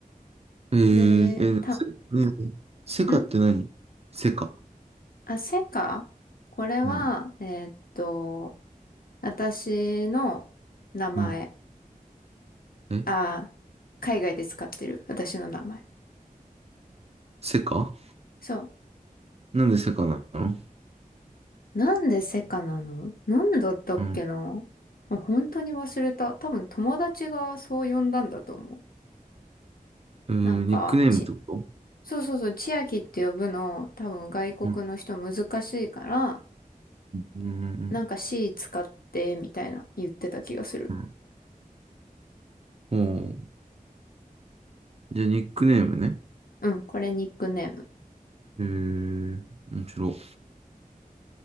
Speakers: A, on the right; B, on the left.
A: えー、
B: で、
A: えー、ね
B: た、
A: せねセカって何セカ。
B: んあ、セカこれは、
A: うん、
B: えーっと、私の名前。
A: うん。え、
B: あー、海外で使ってる私の名前。
A: セカ
B: そう。
A: なんでセカなの
B: なんでセカなのなんだったっけなあ本当に忘れた。
A: うん。
B: 多分友達がそう呼んだんだと思う。
A: えー、
B: なんか、
A: ニックネームってこと
B: ち、そうそうそう、千秋って呼ぶの、多分外国の人難しいから、
A: うん、うん、うん、
B: なんか C 使って、みたいな言ってた気がする。
A: うん。うんおーじゃあ、ニックネームね。
B: うん、これニックネーム。
A: へえ、面白い。